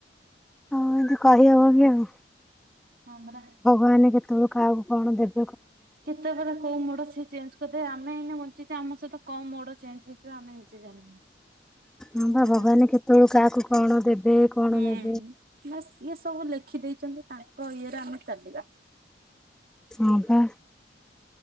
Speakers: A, in the centre; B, on the right.
A: ହଁ ଏମତି କହି ହବକି ଆଉ।
B: ହଁ ପରା
A: ଭଗବାନ କେତେବେଳୁ କାହାକୁ କଣ ଦେବ
B: କେତେବେଳେ କୋଉ ମୋଡ ସେ ଚେଞ୍ଜ କରିଦେବେ। ଆମେ ଏଇନେ ବଞ୍ଚିଚେ‌, ଆମ ସହିତ କଣ ମୋଡ ଚେଞ୍ଜ ହେଇଯିବ ଆମେ ନିଜେ ଜାଣିନାହାନ୍ତି। କଣ
A: ହଁ ପା
B: କରିବା
A: ଭଗବାନ
B: ଆଉ
A: କେତେବେଳୁ କାହାକୁ କଣ ଦେବେ କଣ
B: ହୁଁ।
A: ନେବେ।
B: ବାସ୍ ଇଏ ସବୁ ଲେଖି ଦେଇଚନ୍ତି ତାଙ୍କ ଇଏରେ ଆମେ ଚାଲିବା।
A: ହଁ ପା।